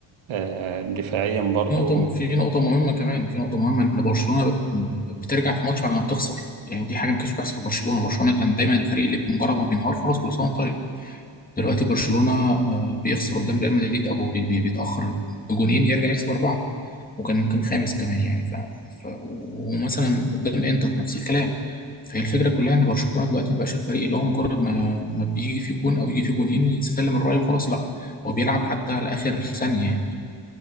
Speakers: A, on the right; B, on the left.
A: آه، دفاعيا برضو
B: في نقطه في نقطه مهمه كمان في نقطه مهمه ان برشلونه بترجع في ماتش بعد ما بتخسر يعني دي حاجه ما كانتش بتحصل في برشلونه برشلونه كان دايما الفريق اللي بمجرد ما بينهار خلاص كل سنه وانت طيب دلوقتي برشلونة آه، بيخسر قدام ريال مدريد أو بي- بي- بيتأخر بجونين يرجع يكسب أربعة وكان ممكن خامس كمان يعني ف... ف... ومثلا قدام إنتر نفس الكلام فهي الفكرة كلها إن برشلونة دلوقتي ما بقاش الفريق اللي هو مجرد ما ما بيجي في جون أو يجي في جونين يسلم الراية وخلاص لا هو بيلعب حتى لآخر ثانية يعني